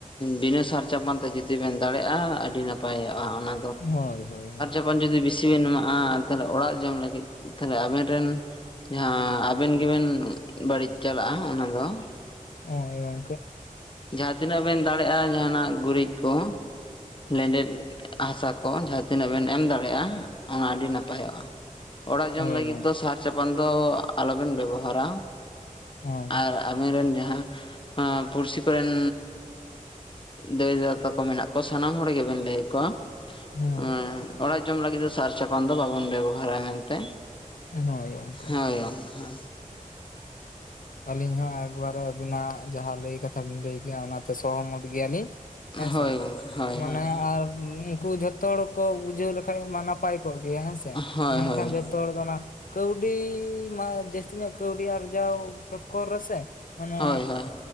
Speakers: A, on the left; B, on the left.
A: ᱵᱤᱱᱟᱹ ᱥᱟᱨ ᱪᱟᱯᱟᱱ ᱛᱮ ᱡᱩᱫᱤ ᱵᱮᱱ ᱫᱟᱲᱮᱭᱟᱜᱼᱟ, ᱟᱹᱰᱤ ᱱᱟᱯᱟᱭᱚᱜᱼᱟ ᱚᱱᱟ
B: ᱦᱳᱭ ᱦᱳᱭ,
A: ᱛᱚᱠᱷᱱ ᱡᱩᱫᱤ ᱵᱮᱥᱤ ᱵᱮᱱ ᱮᱢᱟᱜᱼᱟ ᱛᱟᱦᱚᱞᱮ ᱚᱲᱟᱜ ᱡᱚᱢ ᱞᱟᱹᱜᱤᱫ ᱛᱟᱦᱞᱮ ᱟᱵᱮᱱ ᱨᱮᱱ ᱡᱟᱦᱟᱸ ᱟᱵᱮᱱ ᱜᱮᱵᱮᱱ ᱵᱟᱹᱲᱤᱡ ᱪᱟᱞᱟᱜᱼᱟ ᱚᱱᱟ ᱫᱚ᱾
B: <unintelligible>
A: ᱡᱟᱦᱟᱸ ᱛᱤᱱᱟᱹᱜ ᱵᱮᱱ ᱫᱟᱲᱮᱭᱟᱜᱼᱟ ᱡᱟᱦᱟᱸᱱᱟᱜ ᱜᱩᱨᱤᱡ ᱠᱚ ᱞᱮᱱᱰᱮᱫ ᱦᱟᱥᱟ ᱠᱚ ᱡᱟᱦᱟᱸ ᱛᱤᱱᱟᱹᱜ ᱵᱮᱱ ᱮᱢ ᱫᱟᱲᱮᱭᱟᱜᱼᱟ᱾ ᱚᱱᱟ ᱟᱹᱰᱤ ᱱᱟᱯᱟᱭᱚᱜᱼᱟ ᱚᱲᱟᱜ ᱡᱚᱢ
B: ᱦᱳᱭ
A: ᱞᱟᱹᱜᱤᱫ
B: ᱜᱚᱝ
A: ᱫᱚ ᱥᱟᱨ ᱪᱟᱯᱟᱱ ᱫᱚ ᱟᱞᱚᱵᱮᱱ ᱵᱮᱵᱚᱦᱟᱨᱟ
B: ᱦᱳᱭ
A: ᱟᱨ ᱟᱵᱮᱱ ᱨᱮᱱ ᱡᱟᱦᱟᱸ ᱦᱮ ᱯᱩᱲᱥᱤ ᱠᱚᱨᱮᱱ ᱫᱟᱹᱭ ᱫᱟᱫᱟ ᱛᱟᱠᱚ ᱢᱮᱱᱟᱜ ᱠᱚ ᱥᱟᱱᱟᱢ ᱦᱚᱲ ᱜᱮᱵᱮᱱ ᱞᱟᱹᱭ ᱟᱠᱚᱣᱟ᱾
B: ᱦᱳᱭ
A: ᱦᱮᱸ ᱚᱲᱟᱜ ᱡᱚᱢ ᱞᱟᱹᱜᱤᱫ ᱫᱚ ᱥᱟᱨ ᱪᱟᱯᱟᱱ ᱫᱚ ᱵᱟᱵᱚᱱ ᱵᱮᱵᱚᱦᱟᱨᱟ ᱢᱮᱱᱛᱮ᱾
B: ᱦᱳᱭ ᱜᱚᱝᱠᱮ
A: ᱦᱳᱭ ᱜᱢᱚᱠᱮ᱾
B: ᱟᱹᱞᱤᱧ ᱦᱚᱸ ᱮᱠᱵᱟᱨᱮ ᱟᱹᱵᱤᱱᱟᱜ ᱡᱟᱦᱟᱸ ᱞᱟᱹᱭ ᱠᱟᱛᱷᱟ ᱵᱤᱱ ᱞᱟᱹᱭ ᱠᱮᱜᱼᱟ ᱚᱱᱟᱛᱮ ᱥᱚᱦᱚᱢᱚᱛ ᱜᱮᱭᱟᱞᱤᱧ᱾ ᱦᱮᱸᱥᱮ
A: ᱦᱳᱭ ᱜᱚᱝᱠᱮ ᱦᱳᱭ
B: ᱢᱟᱱᱮ
A: ᱦᱳᱭ
B: ᱟᱨ ᱩᱱᱠᱩ ᱡᱷᱚᱛᱚ ᱦᱚᱲ ᱠᱚ ᱵᱩᱡᱷᱟᱹᱣ ᱞᱮᱠᱷᱟᱱ ᱢᱟ ᱱᱟᱯ ᱯᱟᱭ ᱠᱚᱜ ᱜᱮᱭᱟ ᱦᱮᱸ ᱥᱮ
A: ᱦᱳᱭ
B: ᱢᱮᱱᱠᱷᱟᱱ
A: ᱦᱳᱭ
B: ᱡᱚᱛᱚ ᱦᱟᱲ ᱫᱚ ᱚᱱᱟ ᱠᱟᱹᱣᱰᱤ ᱢᱟ ᱡᱟᱹᱥᱛᱤ ᱧᱚᱜ ᱠᱟᱹᱣᱰᱤ ᱟᱨᱡᱟᱣ ᱪᱚᱠᱠᱚᱨ ᱨᱮᱥᱮ ᱢᱟᱱᱮ
A: ᱦᱳᱭ ᱦᱳᱭ